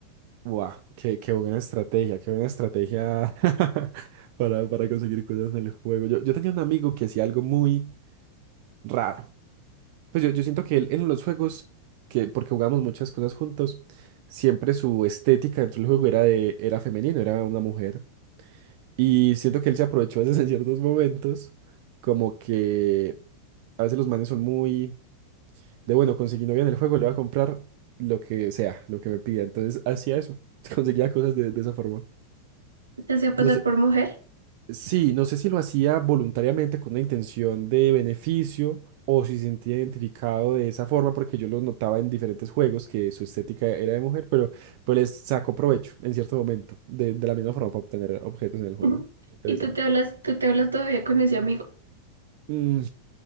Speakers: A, on the right; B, on the right.
A: Buah, qué, qué buena estrategia, qué buena estrategia <laughs> para, para conseguir cosas en el juego. Yo, yo tenía un amigo que hacía algo muy raro. Pues yo, yo siento que él en los juegos, que, porque jugamos muchas cosas juntos, siempre su estética dentro del juego era de, era femenino, era una mujer. Y siento que él se aprovechó a veces en ciertos momentos, como que a veces los manes son muy de bueno, conseguí novia en el juego, le voy a comprar lo que sea, lo que me pida. Entonces hacía eso, <laughs> conseguía cosas de de esa forma.
B: Te hacía pasar
A: No sé
B: por mujer.
A: Sí, no sé si lo hacía voluntariamente con una intención de beneficio o si se sentía identificado de esa forma, porque yo lo notaba en diferentes juegos que su estética era de mujer, pero pues les sacó provecho en cierto momento, de, de la misma forma para obtener objetos en el juego.
B: <laughs>
A: Interesante.
B: Y tú te hablas, tú te hablas todavía con ese amigo.
A: Mm,